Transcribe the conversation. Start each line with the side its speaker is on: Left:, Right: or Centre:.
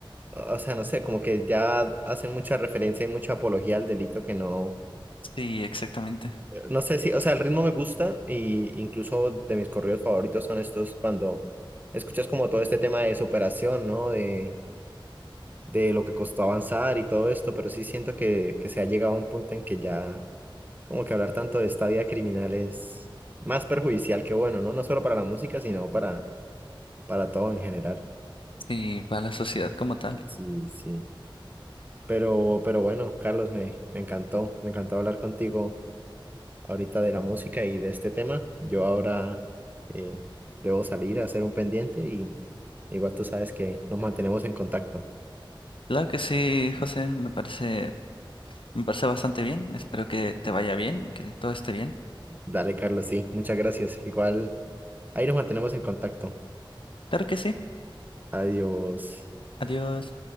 Right: o sea, no sé, como que ya hacen mucha referencia y mucha apología al delito que no.
Left: sí, exactamente.
Right: No sé si, o sea, el ritmo me gusta y incluso de mis corridos favoritos son estos cuando escuchas como todo este tema de superación, ¿no? De, de lo que costó avanzar y todo esto, pero sí siento que, que se ha llegado a un punto en que ya como que hablar tanto de esta vida criminal es más perjudicial que bueno, ¿no? No solo para la música, sino para, para todo en general.
Left: Sí, para la sociedad como tal.
Right: Sí, sí. Pero, pero bueno, Carlos, me, me encantó, me encantó hablar contigo ahorita de la música y de este tema. Yo ahora eh, debo salir a hacer un pendiente y igual tú sabes que nos mantenemos en contacto.
Left: Claro que sí, José, me parece, me parece bastante bien. Espero que te vaya bien, que todo esté bien.
Right: Dale, Carlos, sí, muchas gracias. Igual ahí nos mantenemos en contacto.
Left: Claro que sí.
Right: Adiós.
Left: Adiós.